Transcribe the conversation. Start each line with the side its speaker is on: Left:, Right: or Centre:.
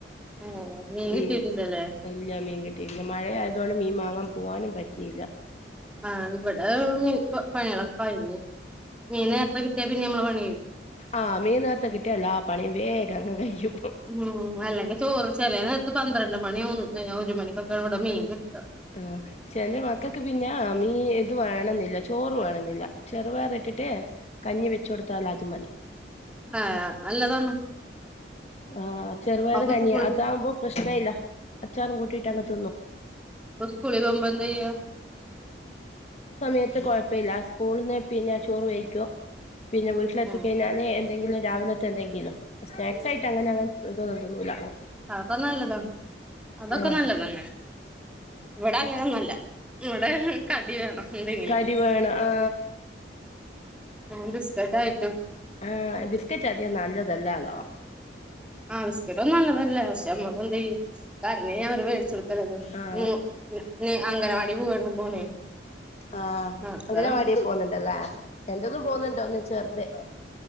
Centre: ഏഹ് മീൻ കിട്ടിയിട്ടില്ലല്ലേ
Left: ഉം ഇല്ല മീൻ കിട്ടിയില്ല പിന്നെ മഴയായതോണ്ട് മീൻ വാങ്ങാൻ പോവാനും പറ്റീല്ല.
Centre: ആഹ് ഇവിടെ പണികളൊക്കെ കൈഞ്ഞു. മീൻ നേരത്തെ കിട്ടിയാൽ പിന്നെ നമ്മളെ പണികഴിം.
Left: ആ മീൻ നേരത്തെ കിട്ടിയാലാ പണി വേഗം അങ്ങ് കയ്യും.
Centre: ഉം അല്ലെങ്കിൽ ചോറ് ചെലേ നേരത്ത് പന്ത്രണ്ട് മണി ഒരു മണിക്കൊക്കെയ ഇവിടെ മീൻ കിട്ട്വ.
Left: ആ ക്ഷേന്റെ മക്കക്ക് പിന്നെ മീ ഇത് വേണെന്നില്ല ചോറ് വേണെന്നില്ല ചെറുപയറ് റിട്ട് കഞ്ഞി വെച്ചു കൊടുത്താലതു മതി.
Centre: ആ നല്ലതാണ്.
Left: ആ ചെറുപയറ്
Centre: അപ്പൊ
Left: കഞ്ഞിയ
Centre: സ്കൂൾ
Left: അതാവുമ്പ പ്രശ്നഇല്ല. അച്ചാറും കൂട്ടീട്ടങ്ങു തിന്നും.
Centre: സ്‌കൂളി പോമ്പ എന്താ ചെയ്യ?
Left: അത് കുഴപ്പില്ല സ്കൂളിൽന്ന് പിന്നെ ചോറ് വയ്ക്കും. പിന്നെ വീട്ടിലെത്തിക്കഴിഞ്ഞാല്
Centre: ഉം
Left: എന്തെങ്കിലും രാവിലത്തെ എന്തെങ്കിലും, സ്നാക്സ് ആയിട്ട് അങ്ങനെ അങ്ങനെ ഇതൊന്നും തിന്നൂല്ല.
Centre: ആപ്പ നല്ലതാ അതൊക്കെ
Left: ആ
Centre: നല്ല തന്നെ. ഇവിടങ്ങനൊന്ന്വല്ല ഇവിടെ കടി വേണം. എന്തെങ്കിലും,
Left: കടി വേണം ആ
Centre: ഉം ബിസ്കറ്റ് ആയി
Left: ആ ബിസ്കറ്റധികം നല്ലതല്ലാലോ.
Centre: ആവിസ്കറ്റൊന്നും നല്ലതല്ല. അവശ്യന്നപ്പ എന്ത ചെയ്യ കരഞ്ഞയിഞ്ഞ അവര് മേടിച്ചോടുക്കലന്നെ
Left: ആ
Centre: മോ ന് അംഗനവാടി പോവണ മോനെ.
Left: ആ
Centre: അപ്പൊ
Left: അംഗനവാടീൽ പോകുന്നുണ്ടല്ലേ എന്റതും പോന്നുണ്ട് ഒന്ന് ചെറുത്.